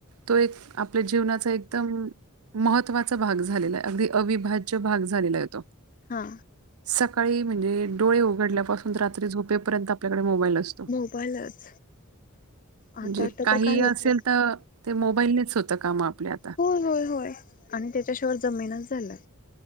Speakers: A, on the right (about 80°); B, on the left (about 40°).
A: तो एक आपल्या जीवनाचा एकदम महत्त्वा भाग झालेला आहे अगदी अविभाज्य भाग झालेला आहे हो तो
B: हा
A: सकाळी म्हणजे डोळे उघडल्यापासून रात्री झोपेपर्यंत आपल्याकडे मोबाईल असतो.
B: मोबाईलच आता
A: म्हणजे
B: आता
A: काही
B: तर काय होतंय
A: असेल तर ते मोबाईलनेच होतं काम आपल्यात
B: हो होय होय आणि त्याच्याशिवाय जमेनच झालय